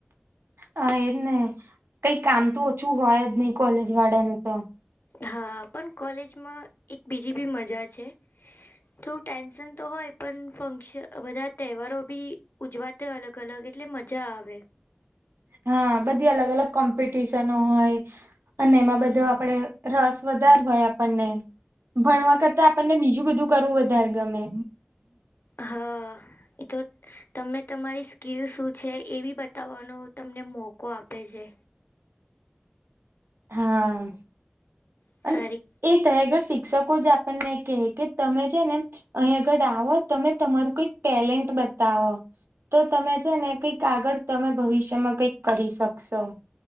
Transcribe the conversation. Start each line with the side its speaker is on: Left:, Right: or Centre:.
Right: હ એજ ને, કઈ કામ તો ઓછું હોય જ નહીિ કોલેજ વાળાનું તો.
Left: હા પણ કોલેજમાં એક બીજી બી મજા છે. થોડું ટેન્શન તો હોય પણ ફંક્શન બધા તહેવારો બી ઉજવાતા અલગ અલગ એટલે મજા આવે.
Right: હા બધી અલગ અલગ કોમ્પિટિશનો હોય, અને એમાં બધો આપડે રસ વધારે હોય, આપણને ભણતા વખતે આપણને બીજું બધું. કરવું વધારે ગમે.
Left: હા, એ તો તમને તમારી સ્કીલ શું છે, એ બી બતાવવાનો. તમને મોકો આપે છે.
Right: હા,
Left: સારી
Right: અને એ તહેગર શિક્ષકો જે આપણને કહે કે તમે છે ને, અહીં આગળ આવો. તમે તમારું કોઈક ટેલેન્ટ બતાવો. તો તમે છે ને, કંઈક આગળ. તમે ભવિષ્યમાં કંઈક કરી શકશો?